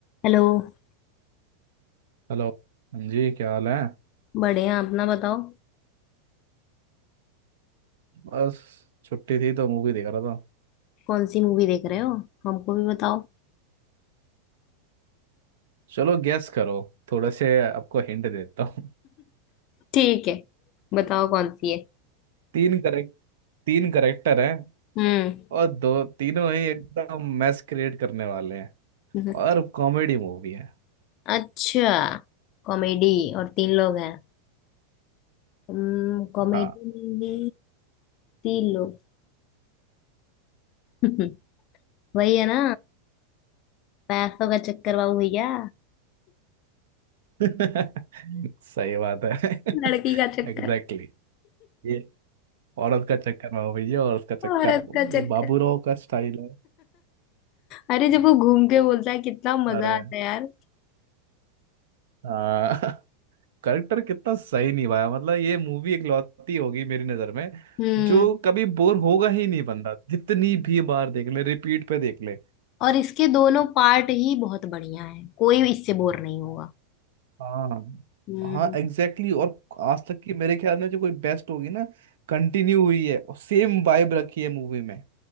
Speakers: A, on the left; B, on the right.
A: Hello
B: Hello हाँ जी क्या हाल है
A: बढ़िया अपना बताओ
B: बस छुट्टी थी तो मूवी देख रहा था
A: कौन सी मूवी देख रहे हो हमको भी बताओ
B: चलो गैस करो थोड़े से आपको हिंट देता हूँ
A: ठीक है बताओ कौन सी है
B: <laughs> तीन करेक्ट तीन करेक्टर हैं
A: हम्म
B: और दो तीनों ही एकदम मैस क्रिएट करने वाले हैं
A: हम्म,
B: और कॉमेडी मूवी है
A: अच्छा कॉमेडी और तीन लोग हैं हम्म कॉमेडी
B: हाँ
A: में भी तीन लोग <laughs> वही है ना पैसों का चक्कर बाबू भैया
B: <laughs> सही बात है <laughs>
A: लड़की का चक्कर
B: Exactly exactly. ये औरत का चक्कर में भैया औरत का चक्कर
A: औरत का चक्कर
B: ये बाबूराव का स्टाइल है
A: अरे जब वो घूम के बोलता है कितना मजा
B: अरे
A: आता है यार
B: हाँ करेक्टर कितना सही निभाया मतलब ये मूवी इकलौती होगी मेरी नजर में
A: हम्म
B: जो कभी बोर होगा ही नहीं बंदा जितनी भी बार देख ले रिपीट पे देख ले
A: और इसके दोनों पार्ट ही बहुत बढ़िया है कोई इससे बोर नहीं होगा
B: हाँ
A: हम्म
B: हाँ एग्जैक्टली exactly. और आज तक की मेरे ख्याल में जो कोई बेस्ट होगी ना कंटिन्यू हुई है और सेम वाइब रखी है मूवी में